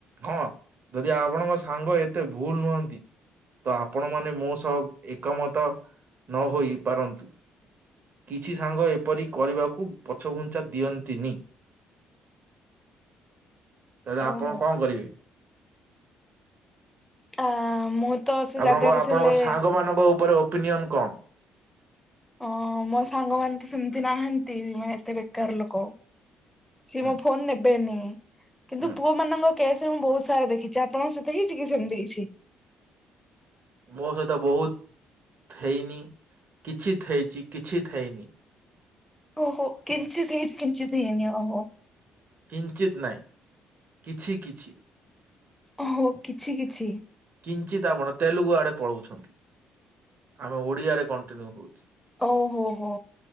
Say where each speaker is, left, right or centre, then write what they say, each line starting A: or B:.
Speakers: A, on the right; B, in the centre.
A: ହଁ ଯଦି ଆପଣଙ୍କ ସାଙ୍ଗ ଏତେ ଭୁଲ ନୁହଁନ୍ତି, ତ ଆପ ଆପଣ ମାନେ ମୋ ସହ ଏକମତ ନହୋଇ ପାରନ୍ତୁ, କିଛି ସାଙ୍ଗ ଏପରି କରିବାକୁ ପଛଘୁଞ୍ଚା ଦିଅନ୍ତିନି। ତାହେଲେ
B: ଓହୋ
A: ଆପଣ କଣ କରିବେ?
B: ଆ, ମୁଁ ତ ସେ
A: ଆପଣଙ୍କ
B: ଜାଗାରେ
A: ଆପଣଙ୍କ
B: ଥିଲେ
A: ସାଙ୍ଗ ମାନଙ୍କ ଉପରେ ଅ ଓପିନିଅନ୍ କଣ?
B: ଅଁ, ମୋ ସାଙ୍ଗ ମାନେ ତ ସେମିତି ନାହାନ୍ତି ମାନେ ଏତେ ବେକାର ଲୋକ। ସିଏ
A: ହୁଁ
B: ମୋ ଫୋନ୍ ନେବେନି କିନ୍ତୁ
A: ହୁଁ
B: ପୁଅ ମାନଙ୍କ କେସ୍ ମୁଁ ବହୁତ ସାରା ଦେଖିଚି, ଆ ଆପଣଙ୍କ ସହିତ ହେଇଚି କି ସେମିତି କିଛି?
A: ମୋ ସହିତ ବହୁତ ଥେଇନି, କିଛି ଥେଇଚି, କିଛି ଥେଇନି।
B: ଓହୋ! କିଞ୍ଚିତ ହେଇଚି, କିଞ୍ଚିତ ହେଇନି, ଓହୋ।
A: କିଞ୍ଚିତ ନାଇଁ କିଛି କିଛି।
B: ଓହୋ କିଛି କିଛି।
A: କିଞ୍ଚିତ ଆପଣ ତେଲଗୁ ଆଡ଼େ ପଳଉ ଛନ୍ତି, ଆମେ ଓଡିଆରେ କଣ୍ଟିନ୍ୟୁ ହଉଛି।
B: ଓହୋ ହୋ